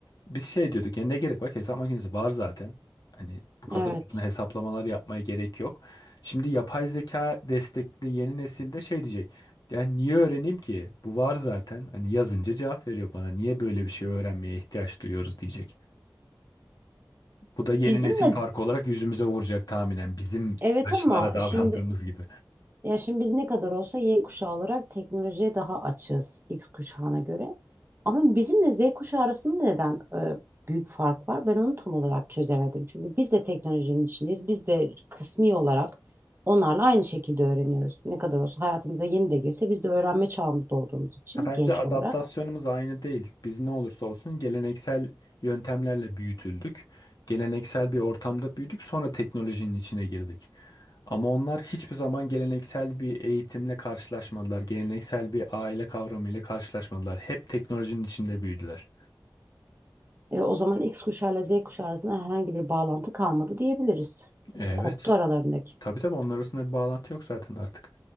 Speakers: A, on the left; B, on the right.
A: Biz şey diyorduk ya ne gerek var ki hesap makinesi var zaten. Hani bu kadar
B: Evet.
A: uzun hesaplamalar yapmaya gerek yok. Şimdi yapay zeka destekli yeni nesilde şey diyecek. Yani niye öğreneyim ki? Bu var zaten. Hani yazınca cevap veriyor bana. Niye böyle bir şey öğrenmeye ihtiyaç duyuyoruz diyecek. Bu da yeni
B: Bizimle
A: nesil farkı olarak yüzümüze vuracak tahminen. Bizim
B: evet
A: yaşlılara
B: ama
A: davrandığımız
B: şimdi
A: gibi.
B: Ya şimdi biz ne kadar olsa Y kuşağı olarak teknolojiye daha açığız X kuşağına göre. Ama bizimle Z kuşağı arasında neden e, büyük fark var? Ben onu tam olarak çözemedim. Çünkü biz de teknolojinin içindeyiz. Biz de kısmi olarak onlarla aynı şekilde öğreniyoruz. Ne kadar olsa hayatımıza yeni de girse biz de öğrenme çağımızda olduğumuz için
A: Ha, bence
B: genç
A: adaptasyonumuz
B: olarak.
A: aynı değil. Biz ne olursa olsun geleneksel yöntemlerle büyütüldük. Geleneksel bir ortamda büyüdük, sonra teknolojinin içine girdik. Ama onlar hiçbir zaman geleneksel bir eğitimle karşılaşmadılar. Geleneksel bir aile kavramıyla karşılaşmadılar. Hep teknolojinin içinde büyüdüler.
B: E, o zaman X kuşağı ile Z kuşağı arasında herhangi bir bağlantı kalmadı diyebiliriz.
A: Evet.
B: Koptu aralarındaki.
A: Tabii tabii onlar arasında bir bağlantı yok zaten artık.